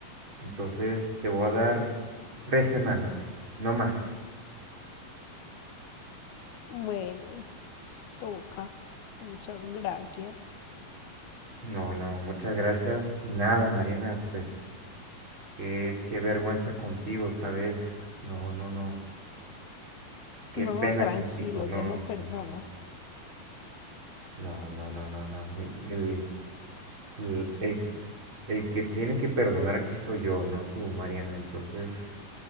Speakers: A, on the right (about 35°); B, on the left (about 80°).
A: Entonces te voy a dar tres semanas, no más.
B: Bueno, pues toca. Muchas gracias.
A: No, no, muchas gracias. Nada, Mariana, pues qué, qué vergüenza contigo, ¿sabes? No, no, no. Qué
B: No,
A: pena
B: tranquilo,
A: contigo. No,
B: yo lo
A: no,
B: perdono.
A: no, no. No, no, no, no, no. El, el, el, el que tiene que perdonar aquí soy yo, no tú, Mariana. Entonces,